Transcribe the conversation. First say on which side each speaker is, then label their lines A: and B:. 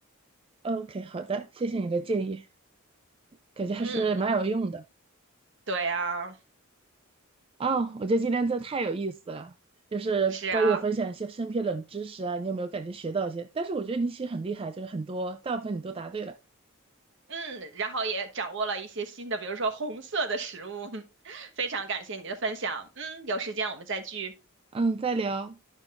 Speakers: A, on the right; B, on the right.
A: OK，好的，谢谢你的建议，感觉还是蛮有用的。
B: 嗯，对啊，
A: 哦，我觉得今天真的太有意思了，就是关于我分享一些身边冷知识啊，
B: 是啊，
A: 你有没有感觉学到一些？但是我觉得你其实很厉害，就是很多大部分你都答对了。
B: 嗯，然后也掌握了一些新的，比如说红色的食物。<laughs> 非常感谢你的分享，嗯，有时间我们再聚，
A: 嗯，再聊，